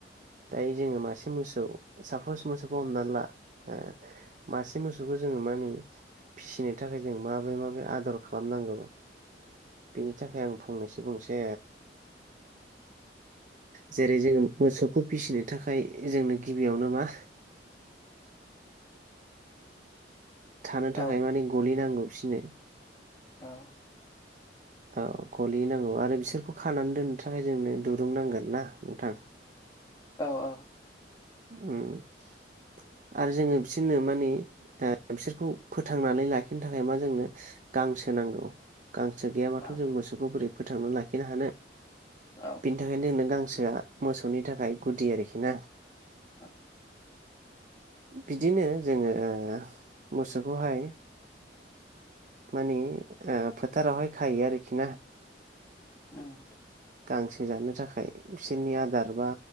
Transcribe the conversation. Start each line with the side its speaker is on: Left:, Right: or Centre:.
Right: दायो जोङो मासे मोसौ सापस मोसौखौ हमना ला आ मासे मोसौखौ जोङो माने फिसिनो थाखाय जों माबोरै माबोरै आदर खालामनांगौ बेनि थाखाय आं फंनैसो बुंसै जेरै जोङो मोसौखौ फिसिनो थाखाय जोंनो गिबियावनो मा थानो थाखाय
Left: औ
Right: माने गलि नांगौ बिसोरनो
Left: औ <inaudible>
Right: औ गलि नांगौ आरो बिसोरखौ खानानै दोननो थाखाय जोंनो दुरुं नांगोन ना नोंथां <unintelligible>
Left: औ औ
Right: उ <inaudible> आरो जोङो बिसोरनो माने ओ बिसोरखौ फोथांनानै लाखिनो थाखाय मा जोंनो गांसो नांगौ गांसो गैयाबाथ'
Left: औ
Right: जों मोसौखौ बोरै फोथांना लाखिनो हानो
Left: औ
Right: बिनि थाखायनो नों आं गोसोआ मोसौनि थाखाय गुदि आरोखि ना
Left: औ
Right: बिदिनो जोङो मोसौखौहाय माने ओ फोथारावहाय खायो आरोखि ना
Left: उम <inaudible>
Right: गांसो जानो थाखाय बिसोरनि आदार बा